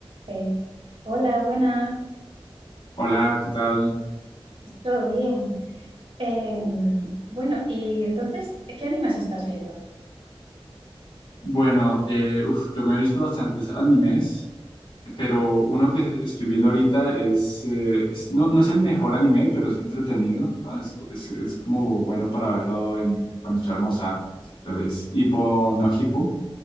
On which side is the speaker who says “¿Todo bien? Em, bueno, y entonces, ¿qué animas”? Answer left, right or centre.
Right